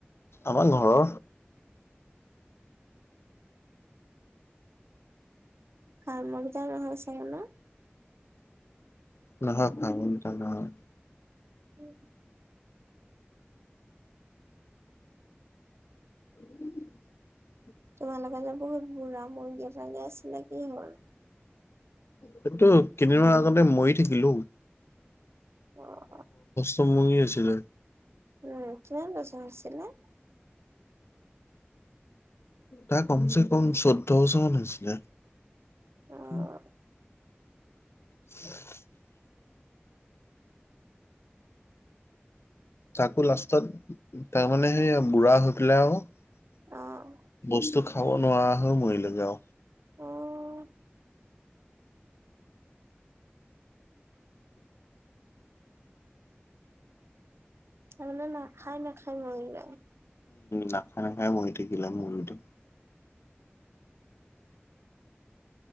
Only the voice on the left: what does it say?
আমাৰ ঘৰৰ।
না <unintelligible>
<inaudible>
সেইটো কেইদিনমান আগতে ময় থাকিল অ'।
মৰি আছিলে।
তাৰ কমচেকম চৈধ্য বছৰ মান হৈছিলে।
<unintelligible> তাকো লাষ্টত তাৰমানে সেই বুঢ়া হৈ পেলাই আৰু
বস্তু খাব নোৱাৰা হৈ মৰিলৈ যাওঁ
<unintelligible>
নাখাই নাখাই মৰি থাকিলে, অ' মৰোতে।